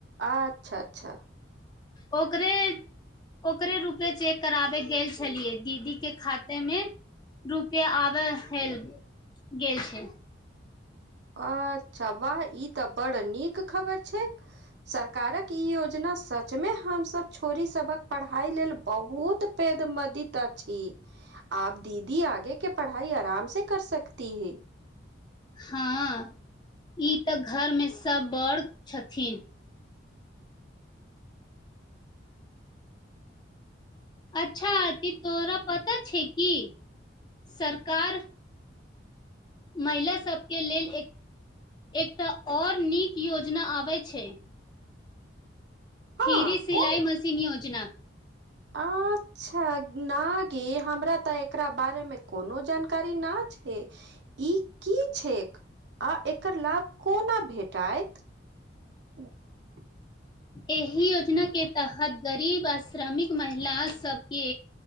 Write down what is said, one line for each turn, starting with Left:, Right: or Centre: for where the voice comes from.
Right: अच्छा अच्छा
Left: ओकरे ओकरे रूपे चेक कराबे गेल छलियै दीदी के खातेमे रुपया आबे हे गेल छैय।
Right: अच्छा वाह ई तऽ बड़ नीक खबर छैय सरकारक ई योजना सचमे हमसभ छोरी सभक पढ़ाई लेल बहुत पेद मदीत अछि आब दीदी आगे कि पढ़ाई आराम से कर सकती है।
Left: हँ ई तऽ घरमे सभ बड़ छथिन। अच्छा अती तोरा पता छै कि सरकार महिला सभके लेल एक एकटा आओर नीक योजना आबै छै
Right: हँ
Left: फ्रि सिलाई
Right: कोन
Left: मशीन योजना
Right: अच्छा ना गे हमरा तऽ एकरा बात मे कोनो जानकारी ना छै ई की छैक आ एकर लाभ कोना भेट आंय -
Left: एहि योजना के तहत गरीब आ श्रमिक महिला सबके